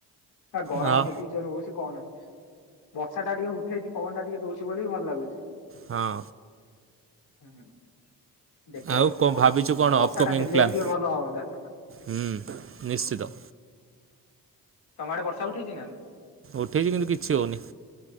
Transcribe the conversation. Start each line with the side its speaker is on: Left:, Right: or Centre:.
Left: ସା ଗରମ
Right: ହଁ
Left: ଯେତିକି ଜୋରରେ ହୋଉଚି କହନା। ବର୍ଷା ଟା ଟିକେ ଉଠେଇଚି, ପବନ ଟା ଟିକେ ଦୋଉଚି ବୋଲି ଭଲ ଲାଗୁଚି।
Right: ହଁ।
Left: ହୁଁ ହୁଁ, ଦେଖିଆ
Right: ଆଉ
Left: କେବେ କଣ,
Right: ଭାବିଛୁ
Left: ବର୍ଷା
Right: ଅପକମିଂ
Left: ଟା ହେଲେ
Right: ପ୍ଲାନ୍?
Left: ଟିକେ ଭଲ ହଅନ୍ତା।
Right: ହୁଁ, ନିଶ୍ଚିତ।
Left: ତମଆଡ଼େ ବର୍ଷା ଉଠେଇଚି ନା ଏବେ?
Right: ଉଠେଇଚି କିନ୍ତୁ କିଛି ହୋଉନି।